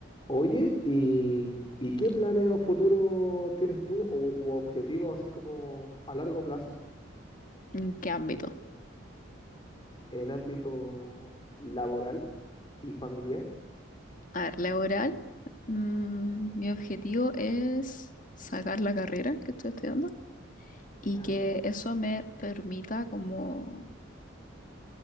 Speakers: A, on the left; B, on the left.
A: Oye, ¿y, y qué planes a futuro tienes tú o, u objetivos así como a largo plazo
B: ¿En qué ámbito?
A: en ámbito laboral y familiar?
B: A ver, laboral, mm, mi objetivo es sacar la carrera que estoy estudiando y
A: Ya,
B: que eso me permita como